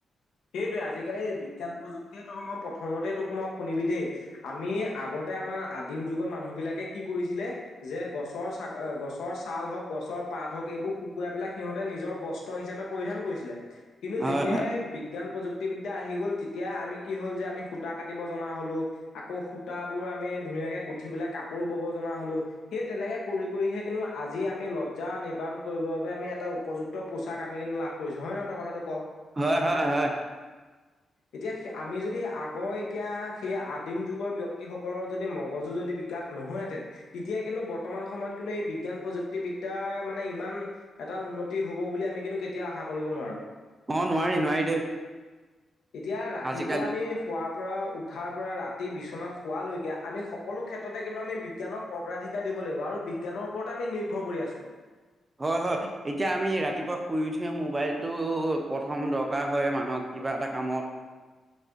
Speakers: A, on the left; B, on the right.
A: সেইটোৱে আজিকালি বিজ্ঞান প্ৰযুক্তিয়ে তই মই প্ৰথমতে তোক মই শুনিবি দেই আমি আগতে আমাৰ আদিম যুগত মানুহ বিলাকে কি কৰিছিলে যে গছৰ ছা গছৰ ছাল হওঁক গছৰ পাত হওক এইবোৰ শুকুৱাই পেলাই সিহঁতে নিজৰ বস্ত্ৰ হিচাপে পৰিধান কৰিছিলে কিন্তু
B: হয়
A: যেতিয়াই বিজ্ঞান প্ৰযুক্তিবিদ্যা আহি গ'ল তেতিয়া আমি কি হ'ল যে আমি সূতা কাটিব জনা হ'লো। আকৌ সূতাবোৰ আমি ধুনীয়াকে গুঠি পেলাই কাপোৰো বব জনা হলো। সেই তেনেকে কৰি কৰিহে কিন্তু আজি আমি লজ্জা নিবাৰণ কৰিবৰ বাবে আমি এটা উপযু ক্ত পোচাক আমি কিন্তু লাভ কৰিছো, হয় নহয় তই কথাটো ক?
B: হয় হয় হয়।
A: এতিয়া আমি যদি আগৰ এতিয়া সেই আদিম যুগৰ ব্যক্তিসকলৰ যদি মগজু যদি বিকাশ নহলহেঁতেন তেতিয়া কিন্তু বৰ্তমান সময়ত কিন্তু এই বিজ্ঞান প্ৰযুক্তিবিদ্যাৰ মানে ইমান এটা উন্নতি হব বুলি আমি কিন্তু কেতিয়াও আশা কৰিব নোৱাৰো।
B: অ নোৱাৰি নোৱাৰি দেই।
A: এতিয়া ৰাতিপুৱা
B: আজিকালি
A: আমি শুৱাৰ পৰা উঠাৰ পৰা ৰাতি বিচনাত শুৱালৈকে আমি সকলো ক্ষেত্ৰতে কিন্তু আমি বিজ্ঞানক অগ্ৰাধিক দিব‌ লাগিব আৰু বিজ্ঞানৰ ওপৰতে আমি নিৰ্ভৰ কৰি আছো।
B: হয় হয়। এতিয়া আমি ৰাতিপুৱা শুই উঠিয়ে মোবাইলটো প্ৰথম দৰকাৰ হয় মানুহক কিবা এটা কামত।